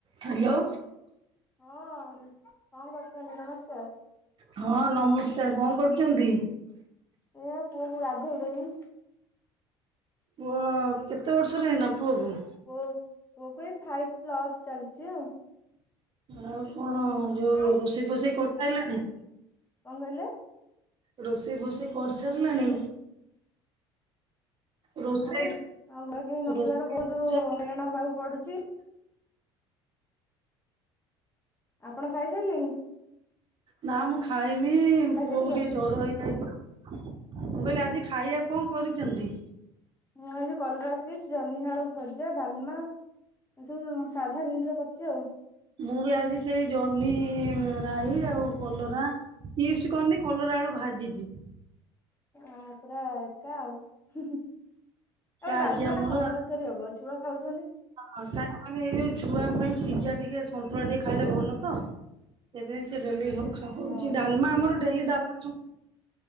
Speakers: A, on the right; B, on the left.
A: ହ୍ୟାଲୋ।
B: ହଁ କଣ କରୁଚନ୍ତି? ନମସ୍କାର।
A: ହଁ ନମସ୍କାର। କଣ କରୁଚନ୍ତି?
B: ଏ ପୁଅ କୁ ଗାଧୋଇ ଦେମି।
A: ପୁଅ କେତେ ବର୍ଷର ହେଲା ପୁଅକୁ?
B: ପୁଅକୁ ଏ ଫାଇଭ ପ୍ଲସ୍ ଚାଲିଚି ଆଉ।
A: ଆଉ କଣ ଯୋଉ
B: କଣ
A: ରୋଷେଇ ଫୋଷେଇ କରିସାରିଲଣି?
B: କହିଲେ
A: ରୋଷେଇ ଫୋଷେଇ କରିସାରିଲାଣି? ରୋଷେଇ
B: ହ ଆଗୁଆ କେହି ନଥିବାରୁ
A: ରୋଷେଇ
B: ବହୁତ ହଇରାଣ ହବାକୁ ପଡୁଚି। ଆପଣ ଖାଇସାରିଲେଣି?
A: ନା ମୁଁ ଖାଇନି ପୁଅ
B: ଏଠିକି
A: କୁ ଟିକେ
B: ଆସ
A: ଜର ହେଇଯାଇଚି ମୁଁ କହିଲି ଆଜି ଖାଇବାକୁ କଣ କରିୁଚନ୍ତି?
B: ମୁଁ ଆଜି କଲରା ଚିପ୍ ଜହ୍ନି ଆଳୁ ଭଜା ଡାଲମା ଏ ସବୁ ସାଧା ଜିନିଷ କରିଚି ଆଉ।
A: ମୁଁ ବି ଆଜି ସେଇ ଜହ୍ନି ରାଇ ଆଉ କଲରା ଚିପ୍ସ୍ କରିନି କଲରା ଆଳୁ ଭାଜିଚି।
B: ଆ ପୁରା ଏକା ଆଉ ହୁଁ ହୁଁ ଆଉ
A: ଆଜି
B: ଡାଲମା
A: ଆମର
B: ଟା କମ୍ପଲ ସରି ହବ ଛୁଆ ଖାଉଚନ୍ତି।
A: ଆଉ କାଇଁ <unintelligible> ଯୋଉ ଛୁଆଙ୍କ ପାଇଁ ସିଝା ଟିକେ ସନ୍ତୁଳା ଟିକେ ଖାଇଲେ ଭଲ ତ। ସେଇଥିପାଇଁ ସେ ଡେଲି ହଉ ହଉଛି
B: ହଁ
A: ଡାଲମା ଆମର ଡେଲି ଡାଲମା